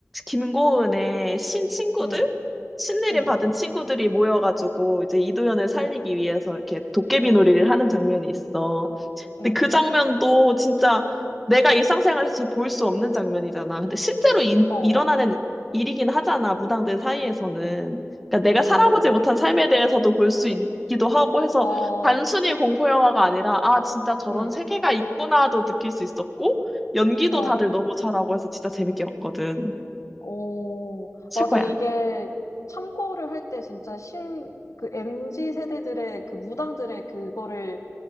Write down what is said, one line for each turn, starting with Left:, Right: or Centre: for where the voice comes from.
Centre: 김고은의 신 친구들
Left: 응,
Centre: 신내림
Left: 응,
Centre: 받은
Left: 응,
Centre: 친구들이 모여가지고 이제 이도현을 살리기
Left: 응, 응,
Centre: 위해서 이렇게 도깨비
Left: 응,
Centre: 놀이를 하는 장면이 있어.
Left: 응,
Centre: 근데 그 장면도
Left: 응.
Centre: 진짜 내가 일상생활에서 볼 수 없는 장면이잖아. 근데 실제로 인-
Left: 어,
Centre: 일어나는
Left: 어,
Centre: 일이긴 하잖아, 무당들 사이에서는. 그러니까 내가
Left: 오,
Centre: 살아보지 못한 삶에 대해서도 볼 수 있기도 하고 해서
Left: 어,
Centre: 단순히 공포 영화가 아니라 아, 진짜 저런
Left: 응,
Centre: 세계가 있구나도 느낄 수 있었고 연기도
Left: 어.
Centre: 다들 너무 잘하고 해서 진짜 재밌게 봤거든.
Left: 어,
Centre: 최고야.
Left: 맞아. 이게 참고를 할 때 진짜 신, 그 MZ 세대들의 그 무당들의 그거를